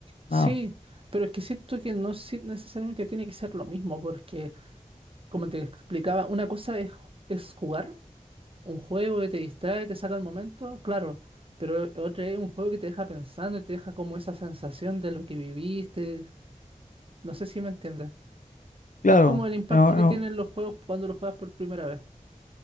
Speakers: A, on the right (about 45°); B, on the left (about 75°).
A: Sí,
B: No,
A: pero es que siento que no si- necesariamente tiene que ser lo mismo porque, como te explicaba, una cosa es, es jugar. un juego que te distrae y te saca el momento, claro, pero otro es un juego que te deja pensando y te deja como esa sensación de lo que viviste. No sé si me entiendes.
B: claro.
A: Es como el impacto
B: es un
A: que tienen los juegos cuando los juegas por primera vez.